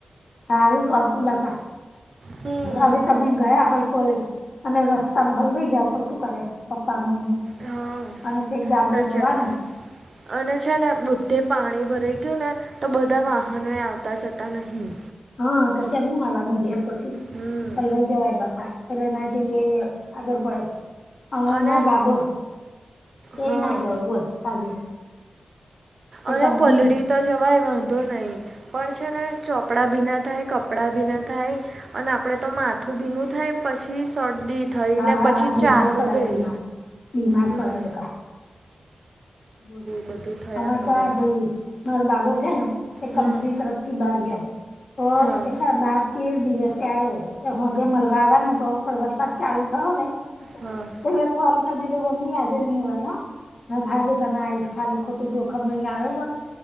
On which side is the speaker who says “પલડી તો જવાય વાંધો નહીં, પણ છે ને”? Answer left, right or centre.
Right